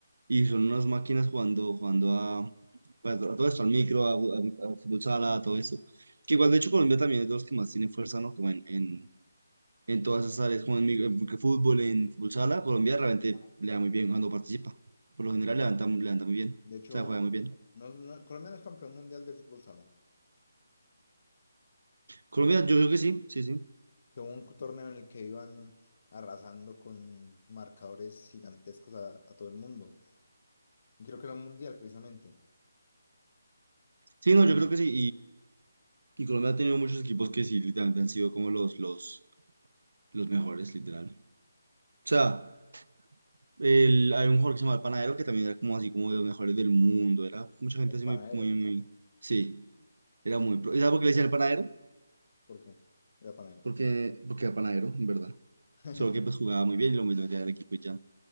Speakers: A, on the right; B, on the left.
A: y son unas máquinas jugando, jugando a, pues, a todo esto, al micro, a, a- a fútbol sala, a todo eso. Que igual de hecho Colombia también es de los que más tienen fuerza, ¿no? Como en, en, en todas esas áreas, como en, micro- en fútbol, en fútbol sala, Colombia realmente
B: Ajá.
A: le da muy bien cuando participa. Por lo general levanta, levanta muy bien, o
B: De hecho,
A: sea, juega muy bien.
B: no, no- Colombia no es campeón mundial de fútbol sala.
A: Colombia, yo creo que sí, sí, sí.
B: Que hubo un torneo en el que iban arrasando con marcadores gigantescos a, a todo el mundo. Y creo que era un mundial precisamente.
A: Sí, no, yo creo que sí. Y, y Colombia ha tenido muchos equipos que sí, literalmente han sido como los, los, los mejores, literal. O sea, el, hay un jugador que se llama El Panadero que también era como así como de los mejores del mundo. Era mucha gente
B: El
A: así
B: panadero.
A: muy, muy, muy. Sí, era
B: ¿Qué?
A: muy. pro- ¿Y sabes por qué le decían El Panadero?
B: ¿Por qué? Era panadero.
A: Porque, porque era panadero, en verdad.
B: <laughs>
A: Solo que pues jugaba muy bien y lo metía al equipo y ya.